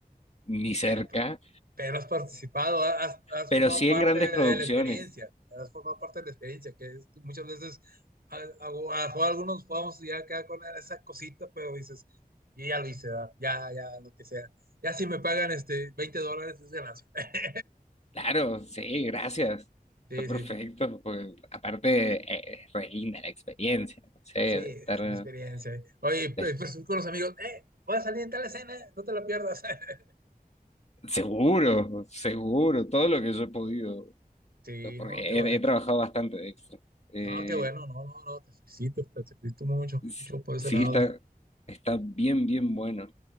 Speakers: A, on the left; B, on the right.
A: ni cerca,
B: Pe- Pero has participado, has, has
A: pero
B: formado
A: sí
B: parte
A: en grandes
B: de
A: producciones.
B: la experiencia, has formado parte de la experiencia, que es- muchas veces a, a- a- a algunos podemos ya quedar con esa cosita, pero dices, y ya lo hice, ¿verdad? Ya, ya, lo que sea. Ya si me pagan este 20 dólares es ganancia. <laughs>
A: Claro, sí, gracias.
B: Sí,
A: Está perfecto.
B: sí,
A: porque aparte, eh, es re linda la experiencia, no sé,
B: sí,
A: de estar
B: es una experiencia. Oye, pues
A: de
B: pues, con los amigos, eh, voy a salir en tal escena, eh, no te la pierdas. <laughs>
A: Seguro, seguro, todo lo que yo he podido,
B: Sí,
A: porque
B: no,
A: he,
B: qué bueno.
A: he trabajado bastante extra. Eh,
B: Ah, qué bueno, no, no, no, te felicito, te felicito mucho,
A: s-
B: mucho por ese
A: sí,
B: lado.
A: está,
B: Adri.
A: está bien, bien bueno.